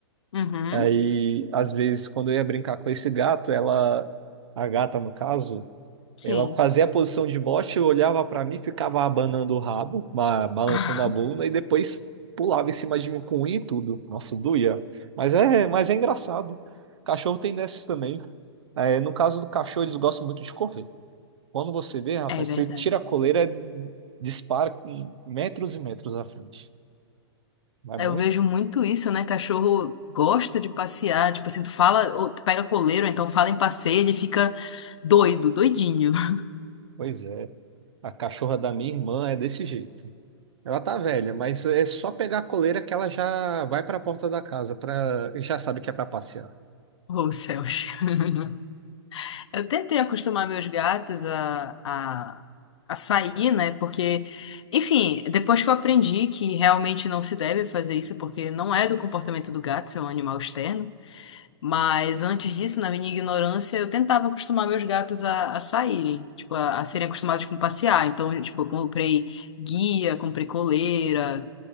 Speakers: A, on the left; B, on the right.
A: Uhum.
B: Aí, às vezes, quando eu ia brincar com esse gato, ela, a gata no caso,
A: Sim.
B: ela fazia a posição de bote, olhava pra mim, ficava abanando o rabo, ba- balançando
A: <laughs>
B: a bunda e depois pulava em cima de mim com unha e tudo. Nossa, doía. Mas é, mas é engraçado. Cachorro tem dessas também. É, no caso do cachorro, eles gostam muito de correr. Quando você vê, rapaz,
A: É
B: você
A: verdade.
B: tira a coleira, dispara em metros e metros à frente. Mas
A: Eu
B: muito,
A: vejo muito isso, né? Cachorro gosta de passear, tipo assim, tu fala, ou tu pega coleiro, ou então fala em passeio, ele fica doido, doidinho. <laughs>
B: pois é. A cachorra da minha irmã é desse jeito. Ela tá velha, mas é só pegar a coleira que ela já vai para a porta da casa, para já sabe que é para passear.
A: Oh, céus. <laughs> Eu tentei acostumar meus gatos a, a, a sair, né? Porque, enfim, depois que eu aprendi que realmente não se deve fazer isso, porque não é do comportamento do gato ser um animal externo. Mas antes disso, na minha ignorância, eu tentava acostumar meus gatos a, a saírem, tipo, a, a serem acostumados com passear. Então, tipo, eu comprei guia, comprei coleira,